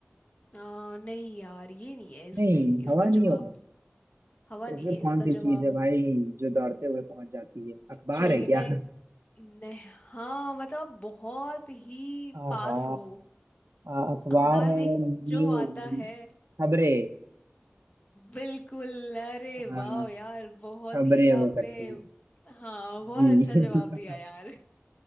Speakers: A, on the left; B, on the right.
A: अ, नहीं यार ये नहीं है इसमें
B: नहीं
A: इसका
B: हवा नहीं
A: जवाब
B: होगा
A: हवा
B: तो
A: नहीं
B: फिर
A: है
B: कौन
A: इसका
B: सी चीज
A: जवाब
B: है भाई जो दौड़ते हुए पहुंच जाती है अखबार
A: चलिए
B: है क्या
A: मैं नहीं हाँ मतलब आप बहुत ही
B: आहा
A: पास हो
B: आ, अखबार
A: अखबार
B: है
A: में
B: न्यूज
A: जो आता है
B: खबरें
A: बिल्कुल अरे
B: हाँ
A: वाह यार बहुत
B: खबरें
A: ही
B: हो
A: आपने
B: सकती हैं
A: हाँ बहुत
B: जी
A: अच्छा
B: <laughs>
A: जवाब दिया यार